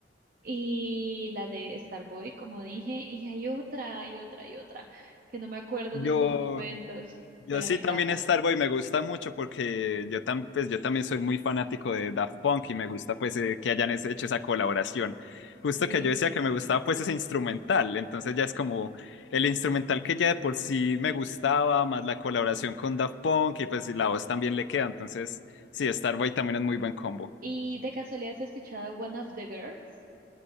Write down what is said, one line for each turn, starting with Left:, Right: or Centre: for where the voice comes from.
Right: y la de Starboy, como dije, y hay otra, hay otra, hay otra, que no me acuerdo
Left: Yo,
Right: en estos momentos,
Left: yo
Right: pero
Left: sí
Right: me encanta.
Left: también Starboy me gusta mucho porque yo, tam- pues, yo también soy muy fanático de Daft Punk y me gusta pues eh, que hayan es- hecho esa colaboración. Justo
Right: Uy,
Left: que yo
Right: sí.
Left: decía que me gustaba pues ese instrumental, entonces ya es como el instrumental que ya de por sí me gustaba, más la colaboración con Daft Punk y pues la voz también le queda, entonces sí, Starboy también es muy buen combo.
Right: ¿Y de casualidad has escuchado One of the Girls?